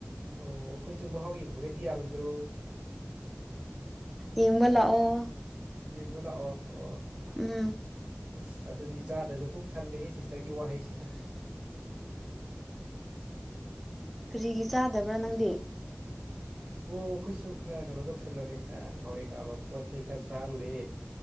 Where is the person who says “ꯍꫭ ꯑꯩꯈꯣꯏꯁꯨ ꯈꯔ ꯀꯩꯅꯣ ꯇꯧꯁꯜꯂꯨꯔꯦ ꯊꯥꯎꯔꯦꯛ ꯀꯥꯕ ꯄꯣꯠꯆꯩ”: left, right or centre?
Right